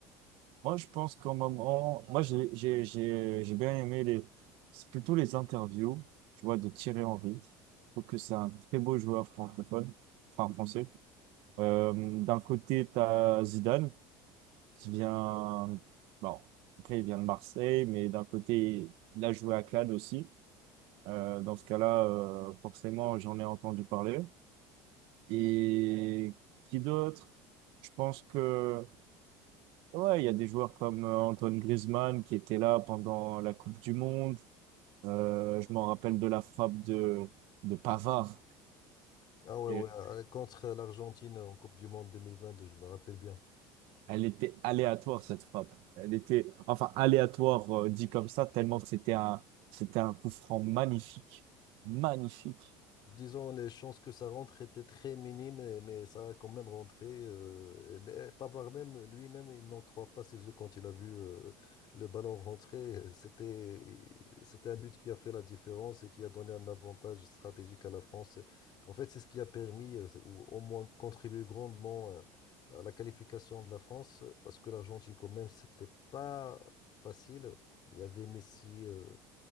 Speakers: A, on the right (about 70°); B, on the left (about 50°).
A: Moi, je pense qu'au moment, moi, j'ai, j'ai, j'ai, j'ai bien aimé les, c'est plutôt les interviews, tu vois, de Thierry Henry. Je trouve que c'est un très beau joueur francophone, enfin français. Euh, d'un côté, tu as Zidane, qui vient, bon, après, il vient de Marseille, mais d'un côté, il a joué à Cannes aussi. Euh, dans ce cas-là, euh, forcément, j'en ai entendu parler. Et qui d'autre? Je pense que Ouais, il y a des joueurs comme euh, Antoine Griezmann qui était là pendant la Coupe du Monde. Euh, je m'en rappelle de la frappe de, de Pavard.
B: Ah ouais,
A: Et
B: ouais, euh, contre l'Argentine en Coupe du Monde 2022, je me rappelle bien.
A: elle était aléatoire, cette frappe. Elle était, enfin, aléatoire, euh, dit comme ça, tellement que c'était un, c'était un coup franc magnifique. Magnifique.
B: Disons, les chances que ça rentre étaient très minimes, et- mais ça a quand même rentré. euh, et- mais Pavard même, lui-même, il n'en croit pas ses yeux quand il a vu euh, le ballon rentrer. C'était, il- c'était un but qui a fait la différence et qui a donné un avantage stratégique à la France. En fait, c'est ce qui a permis, euh, ou au moins contribué grandement euh, à la qualification de la France, parce que l'Argentine, quand même, c'était pas facile. Il y avait Messi. euh,